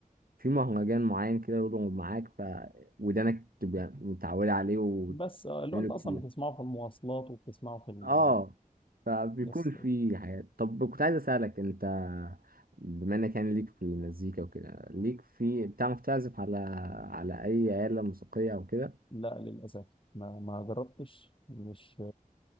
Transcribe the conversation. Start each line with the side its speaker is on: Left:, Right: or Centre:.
Right: في مهرجان معين كده يضرب معاك ف ودانك تبقى متعودة عليه وتقوله
Left: بس آه اللي هو انت اصلا
Right: كتير
Left: بتسمعه في المواصلات وبتسمعه في ال
Right: اه فبيكون
Left: بس
Right: في حاجات طب كنت عايز أسألك انت بما انك يعني ليك في المزيكا وكده ليك في بتعرف تعزف على على اي آلة موسيقية او كده
Left: لا للاسف ما ما جربتش مش